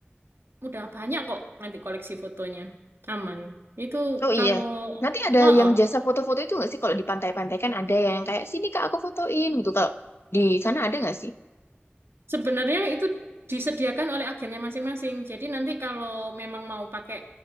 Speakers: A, on the right (about 70°); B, on the left (about 70°).
A: Udah banyak kok nanti koleksi fotonya. Aman. Itu
B: Oh
A: kalau
B: iya. Nanti ada
A: oh,
B: yang
A: oh.
B: jasa foto-foto itu nggak sih? Kalau di pantai-pantai kan ada yang kayak sini kak aku fotoin gitu. Kalau di sana ada nggak sih?
A: Sebenarnya itu disediakan oleh agennya masing-masing. Jadi nanti kalau memang mau pakai